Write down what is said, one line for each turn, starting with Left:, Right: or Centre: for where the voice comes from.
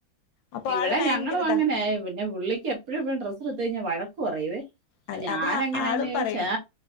Left: അപ്പൊ
Right: ഇവിടെ
Left: ആള് ഭയങ്കരതാ
Right: ഞങ്ങളും അങ്ങനെ പിന്നെ പുള്ളിക്കെപ്പഴും പ്പഴും ഡ്രസ് എടുത്ത് കഴഞ്ഞാ വഴ ക്ക്റയുവേ
Left: അതെ
Right: ഞാനെങ്ങനാന്ന്
Left: അത് ആളും
Right: ചോദിച്ചാ
Left: പറയും